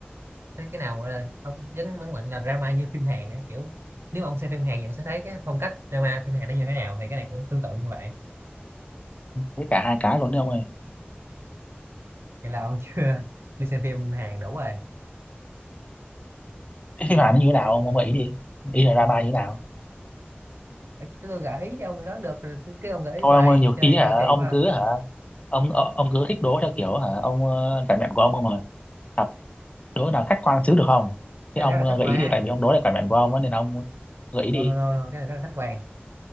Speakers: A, on the right (about 80°); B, on the left (about 35°).
A: thế cái nào gọi là ông dấn mấn mạnh là drama như phim Hàn á kiểu nếu ông xem phim Hàn thì ông sẽ thấy cái phong cách drama phim Hàn nó như thế nào thì cái này cũng tương tự như vậy
B: thế cả hai cái luôn đấy ông ơi
A: vậy là ông chưa <laughs> chưa xem phim Hàn đủ rồi
B: cái phim Hàn nó như thế nào ông ông ý đi ý là drama như thế nào
A: Ê, cái tôi gợi ý cho ông đó được rồi cái cái ông gợi ý
B: thôi
A: hoài
B: ông ơi nhiều khi
A: chơi
B: hả
A: chơi kỳ
B: ông
A: quá à.
B: cứ hả ông ờ, ông cứ thích đố theo kiểu hả ông ờ, cảm nhận của ông không à thật đố nào khách quan xíu được không
A: cái
B: thế ông
A: này rất là
B: ờ,
A: khách
B: gợi
A: quan
B: ý đi tại vì ông đố là cảm nhận của ông á, nên ông gợi ý
A: no
B: đi
A: no no, no. cái này rất là khách quan